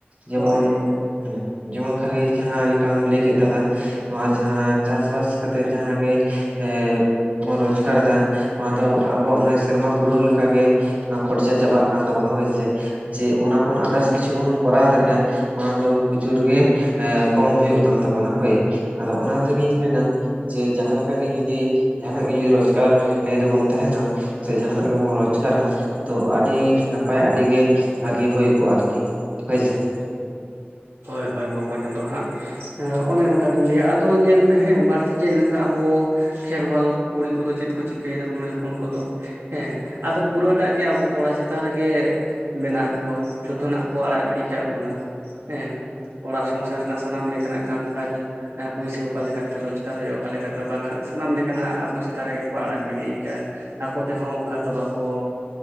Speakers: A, on the right (about 35°); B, on the right (about 90°).
A: ᱡᱮᱢᱚᱱ
B: ᱦᱳᱭ ᱦᱳᱭ
A: ᱦᱮᱸ ᱡᱮᱢᱚᱱ ᱠᱷᱟᱞᱤ ᱡᱟᱦᱟᱸ ᱞᱮᱠᱟᱢ ᱞᱟᱹᱭ ᱠᱮᱫ ᱫᱟᱫᱟ ᱱᱚᱣᱟ ᱡᱟᱦᱟᱸ ᱪᱟᱥᱵᱟᱥ ᱠᱟᱛᱮᱜ ᱡᱟᱦᱟᱸ ᱜᱮ ᱮ ᱵᱚᱱ ᱨᱳᱡᱽᱜᱟᱨ ᱮᱫᱟ ᱚᱱᱟᱫᱚ ᱟᱵᱚᱣᱟᱜ ᱢᱟᱱᱮ ᱥᱮᱨᱢᱟ ᱠᱩᱲᱟᱹᱣ ᱞᱮᱠᱟᱜᱮ ᱾ ᱠᱷᱚᱨᱪᱟ ᱪᱟᱵᱟᱜ ᱠᱟᱱ ᱛᱟᱵᱳᱱᱟ ᱦᱳᱭᱥᱮ ᱡᱮ ᱚᱱᱟ ᱠᱷᱚᱱ ᱟᱫᱟᱨᱥ ᱠᱤᱪᱷᱩ ᱵᱚᱱ ᱠᱚᱨᱟᱣ ᱫᱟᱲᱮᱭᱟᱜ-ᱟ ᱚᱱᱟ ᱫᱚ ᱯᱨᱚᱪᱩᱨ ᱜᱮ ᱠᱚᱢ ᱦᱩᱭᱩᱜ ᱠᱟᱱ ᱛᱟᱵᱳᱱᱟ ᱦᱳᱭ ᱾ ᱟᱫᱚ ᱚᱱᱟᱨᱮᱜᱤᱧ ᱢᱮᱱᱟ ᱡᱮ ᱡᱟᱦᱟᱸ ᱞᱮᱠᱟ ᱜᱮ ᱡᱩᱫᱤ ᱡᱟᱦᱟᱱᱟᱜ ᱜᱮ ᱡᱩᱫᱤ ᱨᱳᱡᱽᱜᱟᱨ ᱞᱟᱹᱭᱤᱱ ᱨᱮᱵᱚᱱ ᱛᱟᱦᱮᱸᱱᱟ ᱥᱮ ᱡᱟᱦᱟᱱᱟᱜ ᱜᱮᱵᱚᱱ ᱨᱳᱡᱽᱜᱟᱨᱟ ᱛᱚ ᱟᱹᱰᱤ ᱱᱟᱯᱟᱭ ᱟᱹᱰᱤᱜ ᱜᱮ ᱵᱷᱟᱜᱤ ᱦᱩᱭ ᱠᱚᱜ-ᱟ ᱟᱨᱠᱤ ᱦᱳᱭᱥᱮ ᱾
B: ᱦᱳᱭ ᱦᱳᱭ ᱵᱚᱠᱚᱧ ᱟᱫ ᱦᱟᱸᱜ ᱮ ᱚᱱᱮ ᱚᱱᱠᱟ ᱜᱤᱧ ᱞᱟᱹᱭᱟ ᱟᱫᱚ ᱧᱮᱞ ᱢᱮ ᱦᱮᱸ ᱵᱟᱹᱲᱛᱤ ᱪᱮᱫ ᱞᱮᱠᱟ ᱟᱵᱚ ᱠᱷᱮᱨᱣᱟᱞ ᱠᱩᱲᱤ ᱠᱚᱫᱚ ᱪᱮᱫ ᱠᱚ ᱪᱤᱠᱟᱹᱭᱮᱫᱟ ᱠᱩᱲᱤ ᱦᱚᱯᱚᱱ ᱠᱚᱫᱚ ᱦᱮᱸ ᱟᱫᱚ ᱯᱩᱨᱟᱹᱴᱟᱜ ᱜᱮ ᱟᱵᱚ ᱠᱚᱲᱟ ᱪᱮᱛᱟᱱ ᱨᱮᱜᱮ ᱢᱮᱱᱟᱜ ᱠᱚᱣᱟ ᱡᱚᱛᱚᱱᱟᱜ ᱠᱚ ᱟᱲᱟᱜ ᱜᱤᱰᱤ ᱠᱟᱜ ᱵᱚᱱᱟ ᱾ ᱦᱮᱸ ᱚᱲᱟᱜ ᱥᱚᱝᱥᱟᱨ ᱨᱮᱱᱟᱜ ᱥᱟᱱᱟᱢ ᱞᱮᱠᱟᱱᱟᱜ ᱠᱟᱢ ᱠᱟᱡ ᱯᱩᱭᱥᱟᱹ ᱚᱠᱟ ᱞᱮᱠᱟᱛᱮ ᱨᱳᱡᱽᱜᱟᱨ ᱦᱩᱭᱩᱜ-ᱟ ᱚᱠᱟ ᱞᱮᱠᱟᱛᱮ ᱵᱟᱝᱟ ᱥᱟᱱᱟᱢ ᱞᱮᱠᱟᱱᱟᱜ ᱟᱵᱚ ᱪᱮᱛᱟᱱ ᱨᱮᱜᱮ ᱠᱚ ᱟᱲᱟᱜ ᱜᱤᱰᱤᱠᱟᱜ-ᱟ ᱾ ᱟᱠᱚ ᱛᱮᱦᱚᱸ ᱚᱱᱠᱟ ᱫᱚ ᱵᱟᱠᱚ